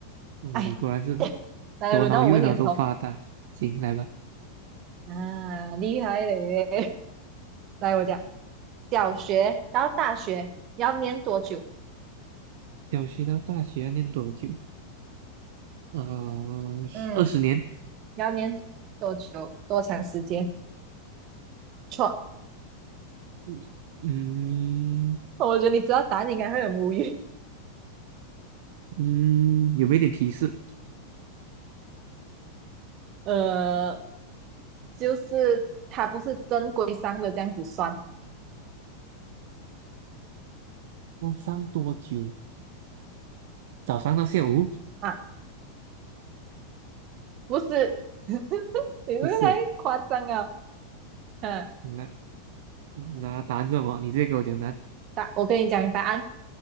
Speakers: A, on the right; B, on the right.
A: 哦，
B: 哎，
A: 你果然是
B: <laughs> 来轮到我问你的时候，
A: 左脑右脑都发达。行，来吧。
B: 啊，厉害嘞！<laughs> 来，我讲，小学到大学要念多久？
A: 小学到大学要念多久？呃，
B: 嗯，
A: 二十年。
B: 要念多久？多长时间？错，
A: 嗯嗯，
B: 我觉得你知道答案应该会很无语。
A: 嗯有没有点提示？
B: 呃，就是它不是正规上的这样子算
A: 要上多久？早上到下午？
B: 啊，不是，你这个太夸张了。
A: 不是，
B: 嗯，
A: 那那答案是什么？你直接给我讲答案。
B: 答，我跟你讲答案，